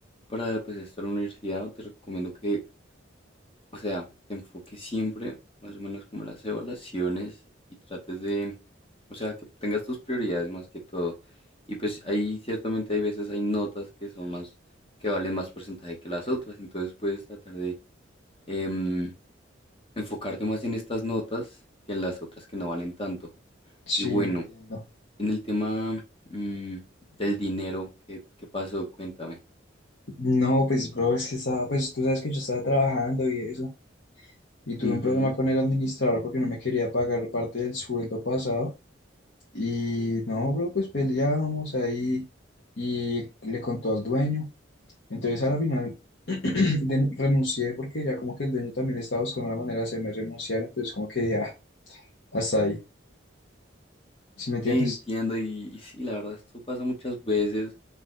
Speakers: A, on the left; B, on the left.
A: para pues estar en la universidad, te recomiendo que, o sea, te enfoques siempre, más o menos como las evaluaciones y trates de, o sea, que tengas tus prioridades más que todo. Y pues ahí ciertamente hay veces hay notas que son más, que valen más porcentaje que las otras, entonces puedes tratar de em, enfocarte más en estas notas que en las otras que no valen tanto.
B: Sí,
A: Y bueno,
B: entiendo.
A: en el tema mm, del dinero, ¿qué, qué pasó? Cuéntame.
B: No, pues, bro, es que estaba, pues tú sabes que yo estaba trabajando y eso. Y tuve
A: Ujú.
B: un problema con el administrador porque no me quería pagar parte del sueldo pasado. Y no, bro, pues peleábamos ahí y le contó al dueño. Entonces, a la final <clears throat> de- renuncié porque ya como que el dueño también estaba buscando la manera de hacerme renunciar. Entonces, como que dije, ah hasta ahí. ¿Sí
A: Ok,
B: me entiendes?
A: entiendo. Y, y sí, la verdad, esto pasa muchas veces.